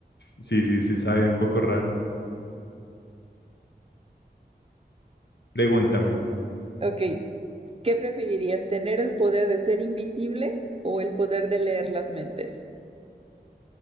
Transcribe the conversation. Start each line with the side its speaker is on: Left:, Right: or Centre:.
Left: sí, sí, sí sabe un poco raro. Pregúntame.
Right: <laughs> Ok, ¿qué preferirías? ¿Tener el poder de ser invisible o el poder de leer las mentes?